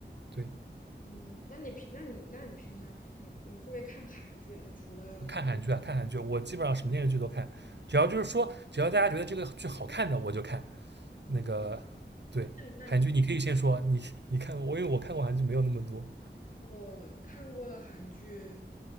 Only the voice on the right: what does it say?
对，
看韩剧啊，看韩剧，我基本上什么电视剧都看，只要就是说，只要大家觉得这个剧好看的，我就看。
那个，对，
韩剧你可以先说，你你看过，我因为我看过韩剧没有那么多。